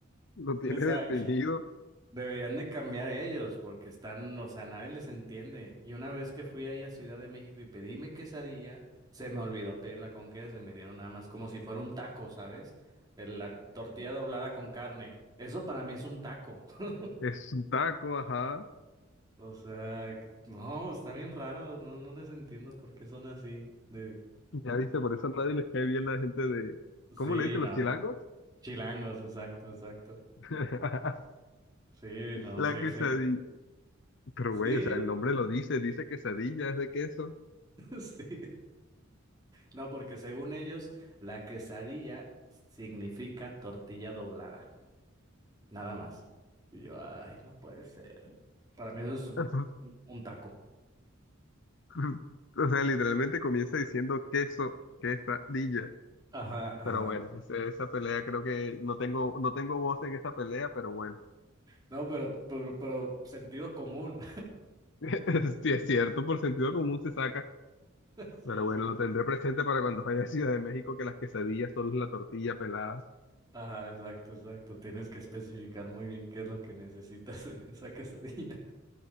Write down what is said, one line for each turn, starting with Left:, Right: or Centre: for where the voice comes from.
Left: lo tiene
Right: exacto,
Left: definido,
Right: Deberían de cambiar ellos porque están, o sea, nadie les entiende. Y una vez que fui ahí a Ciudad de México y pedí mi quesadilla, se me olvidó pedirla con queso y me dieron nada más como si fuera un taco, ¿sabes? El- La tortilla doblada con carne. Eso para mí es un taco. <laughs>
Left: es un taco, ajá.
Right: O sea, que- no, está bien raro. No, no les entiendo por qué son así. De...
Left: Ya viste, por eso a nadie les cae bien la gente de...
Right: Sí,
Left: ¿Cómo le dicen
Right: no.
Left: los chilangos?
Right: Chilangos, exacto, exacto.
Left: <laughs>
Right: Sí, no,
Left: La
Right: sé,
Left: quesadilla.
Right: se...
Left: Pero
Right: sí,
Left: güey, o sea, el nombre lo dice, dice quesadilla, es de queso.
Right: <laughs> sí. No, porque según ellos, la quesadilla significa tortilla doblada, nada más. Y yo, ay, no puede ser. Para mí eso es un
Left: <laughs>
Right: un taco.
Left: <laughs> O sea, literalmente comienza diciendo queso, quesadilla.
Right: Ajá, ajá.
Left: Pero bueno, ese- esa pelea creo que no tengo, no tengo voz en esa pelea, pero bueno.
Right: No, pero, pero, pero sentido común.
Left: <laughs> Sí, es cierto, por sentido común se saca.
Right: <laughs> Sí,
Left: Pero bueno,
Right: sí.
Left: lo tendré presente para cuando vaya a Ciudad de México, que las quesadillas son la tortilla pelada.
Right: Ajá, exacto, exacto. Tienes que especificar muy bien qué es lo que necesitas en esa quesadilla.